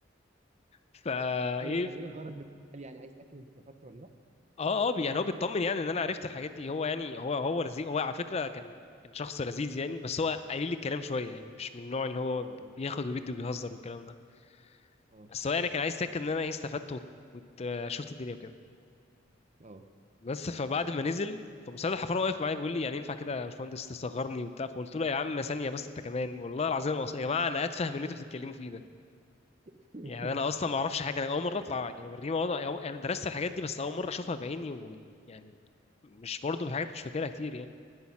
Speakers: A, on the left; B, on the right.
A: فا
B: ايوه
A: ايه
B: كان ايه الغرض من السؤال؟ يعني عايز تاكد انت استفدت ولا لا
A: اه اه يعني هو بيطمن يعني ان انا عرفت الحاجات دي هو يعني هو هو لذيذ هو على فكره كان كان شخص لذيذ يعني بس هو قليل الكلام شويه يعني مش من النوع اللي هو
B: اه
A: بياخد وبيدي وبيهزر والكلام ده
B: اه اه
A: بس هو يعني كان عايز يتاكد ان انا ايه استفدت وشفت الدنيا وكده
B: اه
A: بس فبعد ما نزل فمستشفى الحفاره واقف معايا بيقول لي يعني ينفع كده يا باشمهندس تصغرني وبتاع فقلت له يا عم ثانيه بس انت كمان والله العظيم أص... يا جماعه انا اتفه من اللي انتوا بتتكلموا فيه ده
B: <laughs>
A: يعني انا اصلا ما اعرفش حاجه انا اول مره اطلع يعني بالريمه وضع يعني درست الحاجات دي بس اول مره اشوفها بعيني ويعني مش برضه في حاجات مش فاكرها كتير يعني